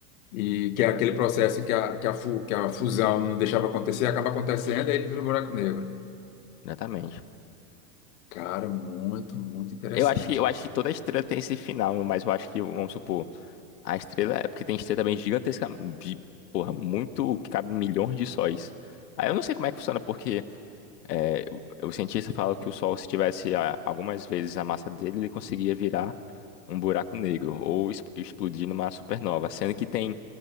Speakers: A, on the left (about 60°); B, on the left (about 80°).
A: E que é aquele processo que a, que a, fu- que a fusão não deixava acontecer, acaba acontecendo, aí ele vira um buraco negro.
B: Exatamente.
A: Cara, muito, muito interessante.
B: Eu acho que, eu acho que toda estrela tem esse final, mas eu acho que, vamos supor, a estrela é porque tem estrela também gigantesca, bi- porra, muito, que cabe milhões de sóis. Aí eu não sei como é que funciona, porque É, o o cientista fala que o Sol, se tivesse a- algumas vezes a massa dele, ele conseguia virar um buraco negro ou es- explodir numa supernova, sendo que tem